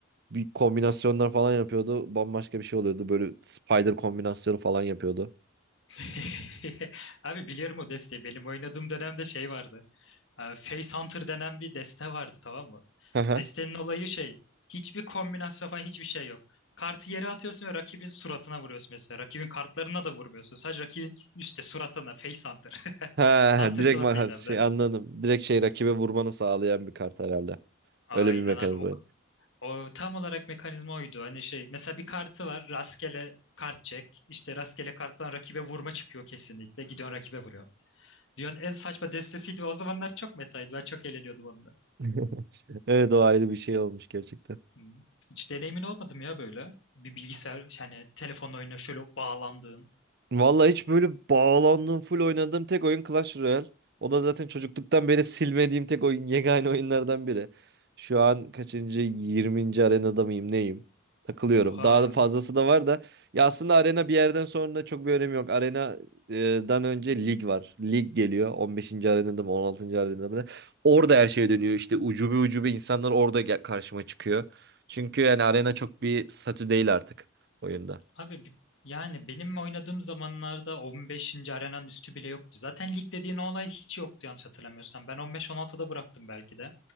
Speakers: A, on the right; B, on the left.
A: Bir kombinasyonlar falan yapıyordu bambaşka bir şey oluyordu böyle spider kombinasyonu falan yapıyordu.
B: <laughs> Abi biliyorum o desteği. Benim oynadığım dönemde şey vardı. Ee, Face Hunter denen bir deste vardı tamam mı?
A: <laughs>
B: Destenin olayı şey. Hiçbir kombinasyon falan hiçbir şey yok. Kartı yere atıyorsun ve rakibin suratına vuruyorsun mesela. Rakibin kartlarına da vurmuyorsun. Sadece rakibin üstte suratına. Face Hunter. <laughs>
A: Ha,
B: Hunter
A: direkt
B: klasıydı
A: makar şey
B: hem de.
A: anladım. Direkt şey rakibe vurmanı sağlayan bir kart herhalde.
B: Aynen
A: Öyle bir mekanizma.
B: abi. O, o tam olarak mekanizma oydu. Hani şey mesela bir kartı var. Rastgele kart çek. İşte rastgele karttan rakibe vurma çıkıyor kesinlikle. Gidiyorsun rakibe vuruyor. Dünyanın en saçma destesiydi ve o zamanlar çok metaydı. Ben çok eğleniyordum onunla.
A: <laughs> Evet o ayrı bir şey olmuş gerçekten.
B: Hı. Hiç deneyimin olmadı mı ya böyle? Bir bilgisayar, yani telefon oyuna şöyle bağlandığın.
A: Vallahi hiç böyle bağlandığım, full oynadığım tek oyun Clash Royale. O da zaten çocukluktan beri silmediğim tek oyun, yegane oyunlardan biri. Şu an kaçıncı, yirminci arenada mıyım, neyim? Takılıyorum.
B: Oha.
A: Daha da fazlası da var da. Ya aslında arena bir yerden sonra çok bir önemi yok. Arenadan önce lig var. Lig geliyor. On beşinci arenada mı, On altıncı arenada mı? Orada her şey dönüyor. İşte ucube ucube insanlar orada gel- karşıma çıkıyor. Çünkü yani arena çok bir statü değil artık oyunda.
B: Abi bi- yani benim oynadığım zamanlarda 15. arenanın üstü bile yoktu. Zaten lig dediğin olay hiç yoktu yanlış hatırlamıyorsam. Ben 15-16'da bıraktım belki de.